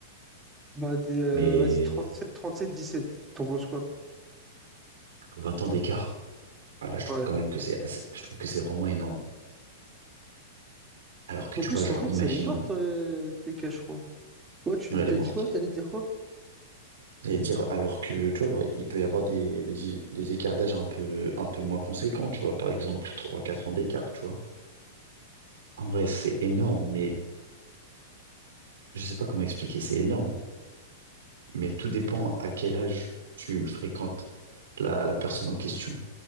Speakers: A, on the right; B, on the right.
A: Bah, des- euh,
B: Mais
A: vas-y, sept dix sept T'en penses quoi?
B: 20 ans d'écart, ah, là, je
A: Ouais.
B: trouve quand même que c'est assez- je trouve que c'est vraiment énorme. Alors que
A: En
B: tu
A: plus,
B: vois,
A: son
B: genre,
A: ex,
B: imaginons,
A: elle est morte, euh, TK, je crois. Ouais, tu
B: elle
A: dis, t'as
B: est morte.
A: dit quoi? T'allais dire quoi?
B: Et dire, alors que, tu vois, genre, il peut y avoir des, des, des écarts d'âge un peu, un peu moins conséquents, tu vois. Par exemple, trois quatre ans d'écart, tu vois. En vrai, c'est énorme, mais je sais pas comment expliquer, c'est énorme. mais tout dépend à quel âge tu fréquentes la, la personne en question.